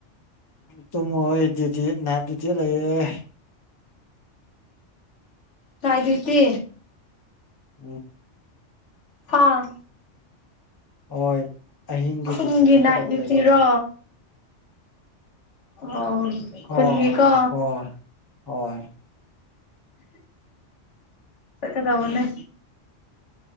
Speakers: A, on the left; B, on the left.
A: ꯇꯨꯝꯃꯣ ꯑꯩ ꯗꯨꯗꯤ ꯅꯥꯠ ꯗꯨꯗꯤ ꯂꯩꯌꯦ
B: ꯅꯥꯏꯗꯨ꯭ꯌꯇꯤ
A: <inaudible>
B: ꯍꯥꯥ
A: ꯍꯣꯏ ꯑꯍꯤꯡꯒꯤ
B: ꯈꯨꯟꯒꯤ
A: ꯗꯨ꯭ꯌꯇꯤ ꯊꯣꯛꯀꯗꯕ
B: ꯅꯥꯏꯠ ꯗ꯭ꯌꯨꯇꯤꯔꯣ
A: ꯂꯩꯌꯦ
B: ꯑꯣ
A: ꯍꯣꯏ
B: ꯈꯨꯟꯒꯤꯀꯣ
A: ꯍꯣꯏ ꯍꯣꯏ
B: ꯁꯠꯀꯗꯧꯕꯅꯦ